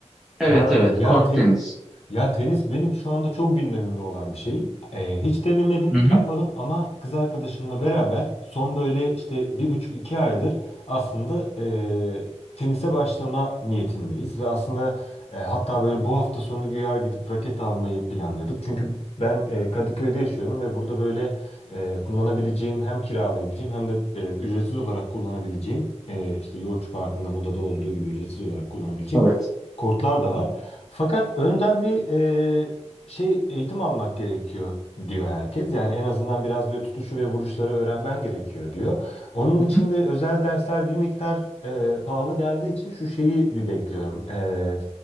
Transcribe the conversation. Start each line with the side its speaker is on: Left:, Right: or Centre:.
Centre: Evet
Left: Ha
Centre: evet
Left: ya
Centre: kort
Left: te
Centre: tenis.
Left: Ya tenis benim şu anda çok gündemimde olan bir şey. Ee, hiç denemedim,
Centre: Hı hı.
Left: yapmadım ama kız arkadaşımla beraber son böyle işte bir buçuk iki aydır aslında ee, tenise başlama niyetindeyiz. Ve aslında ee, hatta böyle bu hafta sonu güya gidip raket almayı planlıyorduk. Çünkü ben ee, Kadıköy'de yaşıyorum ve burada böyle ee, kullanabileceğim hem kiralayabileceğim hem de ee, ücretsiz olarak kullanabileceğim ee, işte Yoğurtçu Parkı'nda Moda'da olduğu gibi ücretsiz olarak kullanabileceğim
Centre: Evet.
Left: kortlar da var. Fakat önden bir e, şey eğitim almak gerekiyor diyor herkes. Yani en azından biraz böyle tutuşu ve vuruşları öğrenmen gerekiyor diyor. Onun
Centre: Hı
Left: için
Centre: hı.
Left: de özel dersler bir miktar e, pahalı geldiği için şu şeyi bir bekliyorum. E,